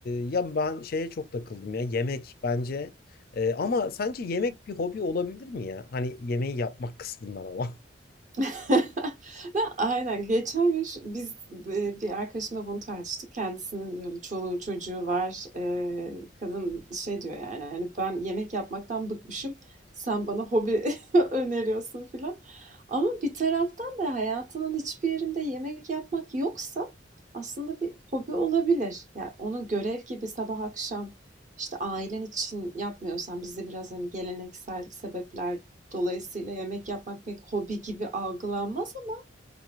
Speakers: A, on the left; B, on the right.
A: ya ben şeye çok takıldım ya yemek bence Ee, ama sence yemek bir hobi olabilir mi ya? Hani yemeği yapmak kısmından ama. <laughs>
B: <laughs> ne Aynen. Geçen gün şu- biz e, bir arkadaşımla bunu tartıştık. Kendisinin böyle çoluğu çocuğu var. E, kadın şey diyor yani hani ben yemek yapmaktan bıkmışım. Sen bana hobi <laughs> öneriyorsun filan. Ama bir taraftan da hayatının hiçbir yerinde yemek yapmak yoksa aslında bir hobi olabilir. Yani onun görev gibi sabah akşam işte ailen için yapmıyorsan bizde biraz hani geleneksel sebepler Dolayısıyla yemek yapmak pek hobi gibi algılanmaz ama